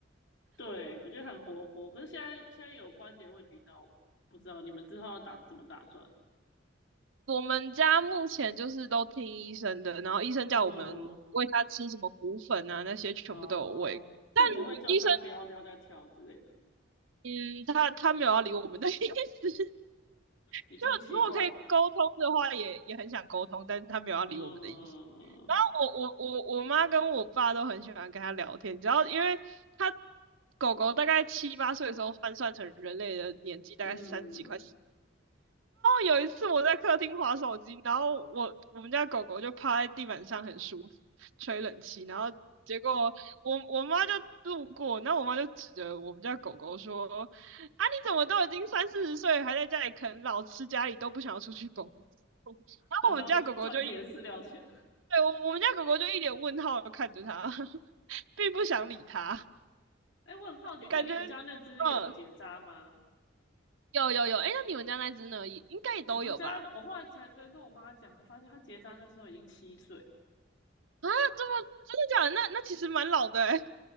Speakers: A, on the left (about 70°); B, on the right (about 80°).
A: 对我觉得很活泼，可是现在现在有关节问题，那我不知道你们之后要打怎么打算，
B: 我们家目前就是都听医生的，然后医生叫我们喂它吃什么骨粉啊，
A: 嗯。
B: 那些全部都有喂。
A: 哦，所以不会叫他不要不要再跳之类的，
B: 但医生，嗯，他他没有要理我们的 <laughs> 意思。<laughs>
A: 已经习惯了。
B: 就如果可以沟通的话也，也很想沟通，但是他没有要理我们的意思。
A: 嗯
B: 我我我我妈跟我爸都很喜欢跟他聊天，只要因为他狗狗大概七八岁的时候换算成人类的年纪大概是三十几快四
A: 嗯，
B: 有一次我在客厅划手机，然后我我们家狗狗就趴在地板上很舒服，吹冷气，然后结果我我妈就路过，那我妈就指着我们家狗狗说：“啊，你怎么都已经三四十岁了，还在家里啃老，吃家里都不想要出去工作？”然后我们家狗狗就一，
A: 还是要赚自己的饲料钱。
B: 对，我我们家狗狗就一脸问号的看着他，<laughs> 并不想理他，
A: <laughs> 哎，我很好奇，所以你们家那只有结扎吗？
B: 感觉嗯，有有有，哎，那你们家那只呢？也应该也都有吧？
A: 我们家的，我后来才昨天跟我妈讲，她发现她结扎那时候已经七岁。
B: 啊，这么真的假的？那那其实蛮老的哎、